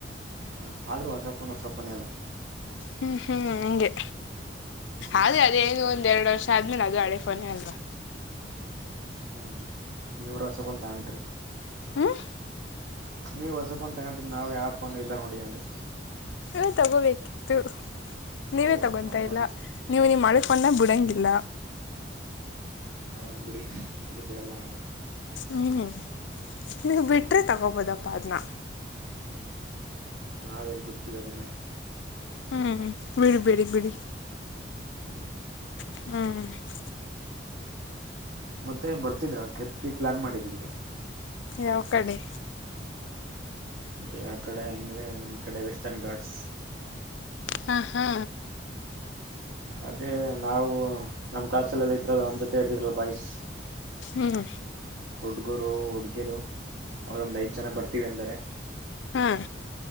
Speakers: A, on the right; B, on the left.
A: ಹ ಆದ್ರೂ ಹೊಸಪನ ಹೊಸಪೊನ ಎಲ್ಲ
B: ಹ್ಮ್ ಹ್ಮ್ ಹಂಗೆ
A: ಹ್ಮ್
B: ಅದ ಏನು ಒಂದ್ ಎರಡು ವರ್ಷ ಆದ್ಮೇಲೆ ಅದು ಅಳೆಫೋನೇ ಅಲ್ವಾ
A: ಹ್ಮ್ ಇವರ ವರ್ಷಗಂತಂಟ್ರಿ
B: ಹ್ಮ್
A: ನೀವು ಹೊಸ ಫೋನ್ ತಗೊಂಡಟ್ರಿ ನಾವು ಯಾವ ಫೋನ್ ಇಲ್ಲ ನೋಡಿ ಅಂದೆ
B: ನೀ ತಗೋಬೇಕಿತ್ತು ನೀವೇ
A: ಓ
B: ತಗೊತಾ
A: ನಮ್ಮನೆ
B: ಇಲ್ಲ ನೀವು ನೀ ಮಾಡಕೊಂಡ ಬಿಡಂಗಿಲ್ಲ
A: ಹ ಅದ್ ಬಿಡಿ ಅದು ಬಿಡಲ್ಲ ನಾನು
B: ಹ್ಮ್ ನೀವು ಬಿಟ್ರೆ
A: ಹ್ಮ್
B: ತಗೋಬೋದಪ್ಪ ಅದ್ನ್ನ
A: ನಾವ ಎಲ್ಲಿ ಬಿಡ್ತಿವಿ ಅದನ್ನ
B: ಹ್ಮ್ ಬಿಡಿ ಬಿಡಿ ಬಿಡಿ
A: ಹ್ಮ್
B: ಹ್ಮ
A: ಮತ್ತೆ ಬರ್ತಿದ್ರ ಟ್ರಿಪ್ಗೆ ಪ್ಲಾನ್ ಮಾಡಿದ್ವಿ.
B: ಯಾವ ಕಡೆ.
A: ಯಾ ಕಡೆ ಅಂದ್ರೆ ಈ ಕಡೆ ವೆಸ್ಟರ್ನ್ ಗಾಡ್ಸ್.
B: ಹಾ ಹಾ.
A: ಅದೇ ನಾವು ನಮ್ ಕ್ಲಾಸಲ್ಲೆಲ್ಲ ಇದ್ರಲ್ಲ ನಮ್ಮ್ ಜೊತೆ ಇರ್ಲಿದ್ರು ಬಾಯ್ಸ್.
B: ಹ್ಮ್
A: ಹುಡ್ಗರು ಹುಡ್ಗಿರು ಅವ್ರೊಂದ್ ಐದ್ ಜನ ಬರ್ತೀವಿ ಅಂದರೆ.
B: ಹಾ